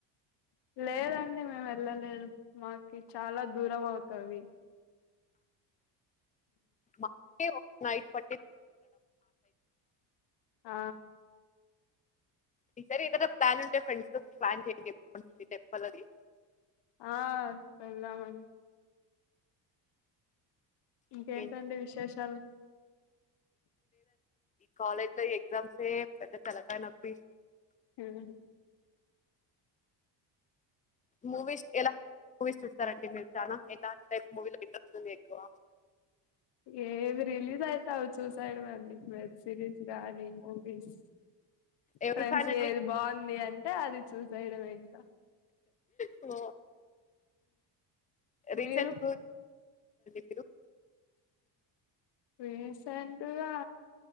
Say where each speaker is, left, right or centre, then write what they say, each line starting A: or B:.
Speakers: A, on the left; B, on the left.
A: లేదండి మేము వెళ్ళలేదు మాకి చాలా దూరం అవుతది
B: మాకే ఒక నైట్ ప
A: ఆ
B: ఈ సారి ఏదో ప్లాన్ంటే ఫ్రెండ్స్ తో ప్లాన్ చేయండి టెంపల్ అది
A: ఆ వెల్దామని ఇంకేంటండి
B: ఇంకేంటంటే
A: విశేషాలు
B: కాలేజ్లో ఎగ్జామ్స్యే పెద్ద తలకాయ్ నొప్పి
A: <inaudible> <unintelligible>
B: మూవీస్ ఎలా మూవీస్ చూస్ కరెక్టే మీరు చానా ఎలాంటి టైప్ మూవీస్ ఇంట్రెస్టుందెక్కువ
A: ఏవి రిలీజ్ అయితే అవి చూసైడమే అండి సిరీస్ గానీ మూవీస్
B: ఎవరి
A: ఫ్రెండ్స్
B: ఫ్యాన్ అండి
A: ఏది బాగుంది అంటే అది చూసి సైడ్ వెనక
B: ఓ రీసెంట్
A: మీరు
B: <inaudible>
A: రీసెంట్గా